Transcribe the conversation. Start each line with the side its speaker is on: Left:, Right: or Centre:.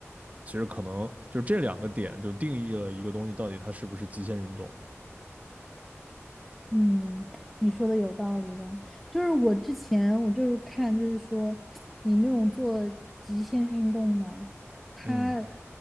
Right: 其实可能就这两个点就定义了一个东西到底它是不是极限运动。
Centre: 嗯，你说的有道理的，就是我之前我就是看，就是说你那种做极限运动嘛，它的
Right: 嗯，